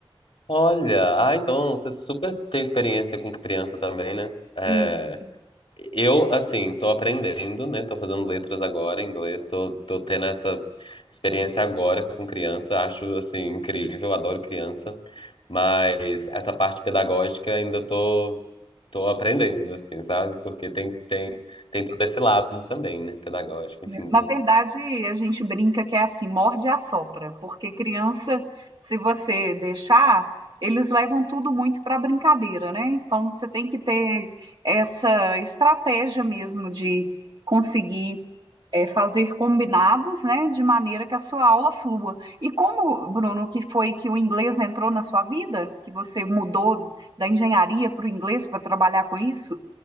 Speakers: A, on the left; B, on the right.
A: Olha, ah, então você super tem experiência com criança também, né? É,
B: E, assim,
A: Eu, assim, tô aprendendo, né? Tô fazendo letras agora em inglês, tô, tô tendo essa experiência agora com criança, acho, assim, incrível, adoro criança, mas essa parte pedagógica ainda tô, tô aprendendo, assim, sabe? Porque tem, tem, tem todo esse lado também, né? Pedagógico, enfim,
B: na
A: com
B: verdade,
A: criança.
B: a gente brinca que é assim, morde e assopra, porque criança, se você deixar, eles levam tudo muito para brincadeira, né? Então, você tem que ter essa estratégia mesmo de conseguir é, fazer combinados, né, de maneira que a sua aula flua. E como, Bruno, que foi que o inglês entrou na sua vida? Que você mudou da engenharia para o inglês para trabalhar com isso?